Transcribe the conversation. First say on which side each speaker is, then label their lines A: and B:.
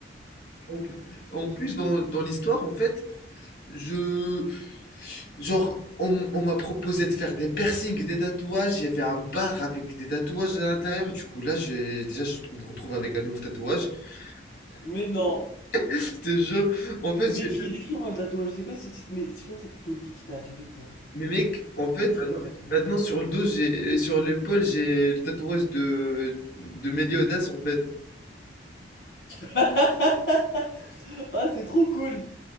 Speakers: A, on the left; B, on the left.
A: En pl- en plus, dans, dans l'histoire, en fait, je. Genre, on, m- on m'a proposé de faire des piercings, des tatouages. Il y avait un bar avec des tatouages à l'intérieur. Du coup, là, j'ai, déjà, je on me retrouve avec un nouveau tatouage. <laughs>
B: Mais non.
A: C'était genre, en fait,
B: Décris,
A: j'ai-
B: décris-moi le tatouage. C'est quoi cette, mais c'est quoi cette folie qui t'est arrivée, toi?
A: mais mec, en fait,
B: Décris-moi
A: maintenant,
B: le tatouage.
A: maintenant, sur le dos, j'ai, sur l'épaule, j'ai le tatouage de, de Meliodas, en fait.
B: <laughs> Ah, c'est trop cool.